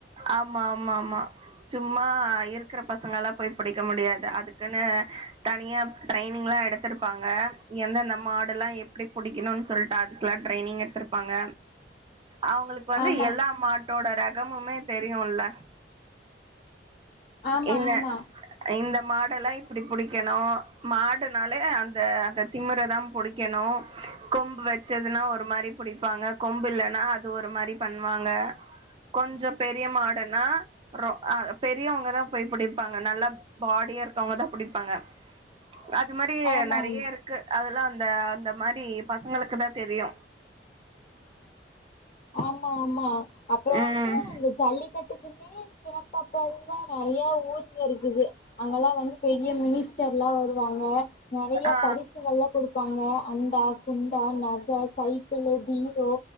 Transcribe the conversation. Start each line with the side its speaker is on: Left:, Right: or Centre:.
Right: ஆமா ஆமா ஆமா சும்மா இருக்குற பசங்கல்லா போய் புடிக்க முடியாது அதுக்குன்னு தனியா ட்ரைனிங்லா எடுத்திருப்பாங்க எந்த நம்ம ஆடெல்லா எ ப்டி புடிக்கணுனு சொல்ட்டு அதுக்குல்லா ட்ரைனிங் எடுத்திருப்பாங்க அவங்களுக் வந்து
Left: ஆமா
Right: எல்லா மாட்டோட ரகமுமே தெரியுல்ல
Left: ஆமா
Right: இந்ந
Left: ஆமா
Right: இந்த மாடெல்லா இப்படி புடிக்கணு மாடுனாலே அந்த அந்த திமிரதா புடி க்கணு கொம்பு வச்சதுன்னா ஒரு மாரி புடிப்பாங்க கொம்பு இல்லன்னா அது ஒரு மாரி பண்ணுவாங்க கொஞ்சொ பெரிய மாடுன்னா ரொ அ பெரியவங்கதா போய் புடிப்பாங்க நல்ல பாடியா இருக்கவங்க தா புடிப்பாங்க அது மாரி
Left: ஆமா
Right: நெறைய
Left: ஆமா
Right: இரு க்கு அதெல்லா அந்த அந்த மாரி பசங்களுக்கு தா தெரியு
Left: ஆமாமா அப்பறோ
Right: ம்
Left: வந்து அந்த ஜல்லிக்கட்டுக்குன்னே அப்ப அப்பந்துதா நெறையா ஊருங்க இருக்குது அங்கல்லா வந்து பெரிய மினிஸ்டர்லா வருவாங்க நெறைய
Right: ஆ
Left: பரிசுகள்லா குடு பாங்க அண்டா குண்டா நக சைக்கிள் பீரோ